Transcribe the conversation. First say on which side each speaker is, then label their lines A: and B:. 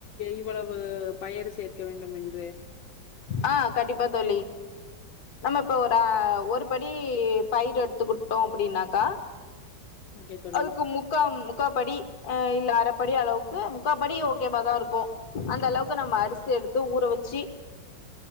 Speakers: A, on the left; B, on the left.
A: இவ்வளவு பயர் சேர்க்க வேண்டும் என்று
B: ஆ கண்டிப்பா தோழி நம்ம இப்ப ஒரு ஒரு படி பயிரு எடுத்துக்கிட்டோம் அப்படின்னாக்கா
A: ஓகே தோழி
B: அதுக்கு முக்கா முக்கா படி ஆ இல்ல அற படி அளவுக்கு முக்கா படி ஓக்கேவா தா இருக்கும் அந்த அளவுக்கு நம்ம அரிசி எடுத்து ஊற வச் ட்சி